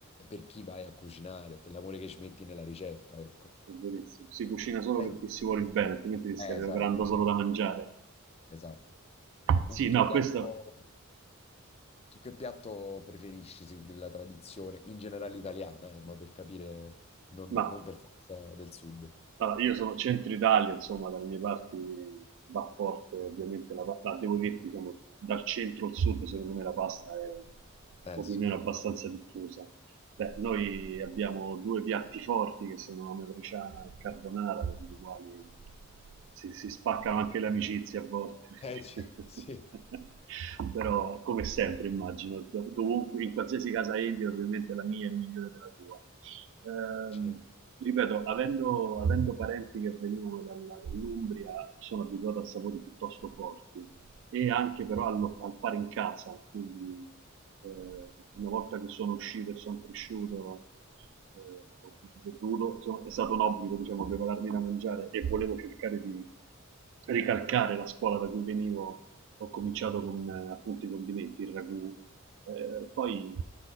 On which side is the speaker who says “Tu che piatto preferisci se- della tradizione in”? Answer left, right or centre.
Left